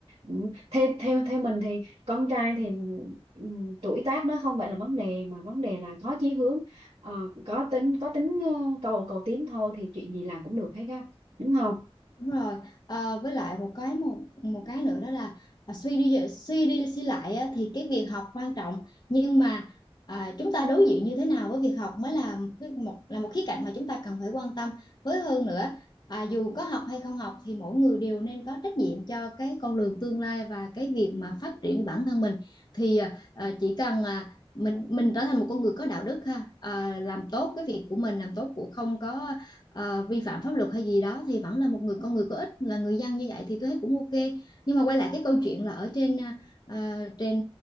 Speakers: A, on the right; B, on the left.
A: Ừ, theo theo theo mình thì con trai thì ừ, tuổi tác nó không phải là vấn đề mà vấn đề là có chí hướng Ờ, có tính có tính ờ, cầu cầu tiến thôi thì chuyện gì làm cũng được hết á đúng không
B: Đúng rồi. Ờ, với lại một cái một một cái nữa đó là à, suy đi suy đi suy lại á, thì cái việc học quan trọng nhưng mà à, chúng ta đối diện như thế nào với việc học mới là cái- một là một khía cạnh mà chúng ta cần phải quan tâm. Với hơn nữa à, dù có học hay không học thì mỗi người đều nên có trách nhiệm cho cái con đường tương lai và cái việc mà phát triển của bản thân mình. Thì à, à, chỉ cần à, mình mình trở thành một con người có đạo đức ha à, làm tốt cái việc của mình làm tốt của không có ờ, vi phạm pháp luật hay gì đó thì vẫn là một người con người có ích là người dân như vậy thì tôi thấy cũng ok nhưng mà quay lại cái câu chuyện là ở trên à, à, trên